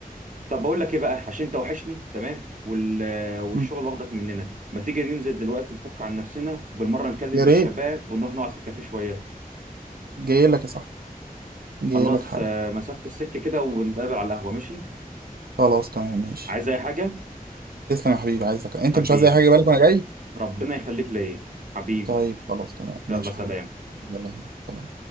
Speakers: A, on the right; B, on the right.
A: طب بقول لك ايه بقى عشان انت وحشني تمام وال... والشغل
B: مم.
A: واخدك مننا ما تيجي ننزل دلوقتي نفك عن نفسنا بالمره نكلم
B: يا
A: الشباب
B: ريت
A: ونروح نقعد في الكافيه شويه
B: جاي لك يا صاحبي جاي
A: خلاص
B: لك حالا
A: آه، مسافه السكه كده ونتقابل على القهوه ماشي
B: خلاص تمام ماشي
A: عايز اي حاجه
B: تسلم يا حبيبي عايزك انت
A: حبيبي
B: مش عايز اي حاجه بالك وانا جاي
A: ربنا يخليك ليا حبيبي
B: طيب خلاص تمام ماشي
A: يلا سلام
B: يا حبيبي يلا سلام